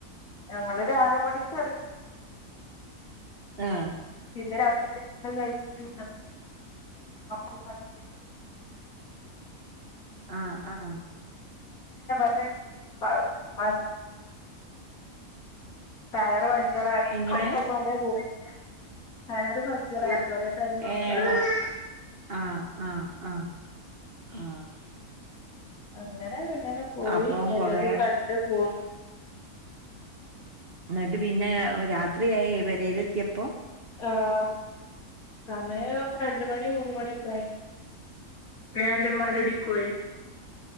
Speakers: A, on the left; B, on the right.
A: ഞങ്ങൾ ഒരു ആറു മണിക്ക് ഇറങ്ങി
B: ആഹ്
A: പിന്നെ രാത്രിയിലത്തെ കഴിച്ചിട്ട് <inaudible>
B: ആഹ് ആഹ്
A: <unintelligible> ടയർ പ ഞ്ചറായിക്ക്
B: എങ്ങനെ
A: <unintelligible> ടയർ പഞ്ചറായി കൊറേ ടൈം അങ്ങനെ
B: ഏ
A: പോയി
B: വ ആഹ് ആഹ് ആഹ് ആഹ്
A: അങ്ങനല്ല അങ്ങനല്ലോര് ഇങ്ങനെ പോയി
B: അപ്പം
A: എല്ലാതും
B: കൊറേ
A: കണ്ട് പോണ്
B: എന്നട്ട് പിന്നെ രാത്രിയായി പെരേല് എത്തിയപ്പോ
A: ആ ആ സമയം <unintelligible> രണ്ട് മണി മൂന്ന് മണിയൊക്കെയായ് <unintelligible> <unintelligible> കോയി